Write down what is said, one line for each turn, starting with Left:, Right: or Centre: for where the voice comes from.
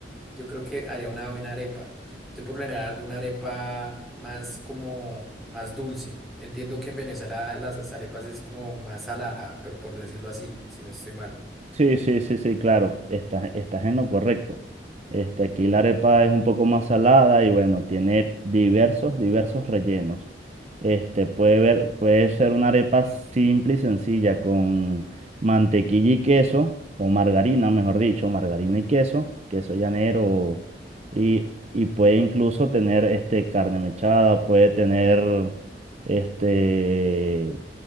Centre: yo creo que haría una buena arepa. Yo por lo general alguna arepa más como, más dulce. Entiendo que en Venezuela las arepas es como más salada, pero por decirlo así, si no estoy mal.
Right: Sí, sí, sí, sí, claro, estás, estás en lo correcto. Este, aquí la arepa es un poco más salada y bueno, tiene diversos, diversos rellenos. Este, puede ver, puede ser una arepa simple y sencilla con mantequilla y queso, o margarina, mejor dicho, margarina y queso, queso llanero, y, y puede incluso tener este, carne mechada, puede tener este,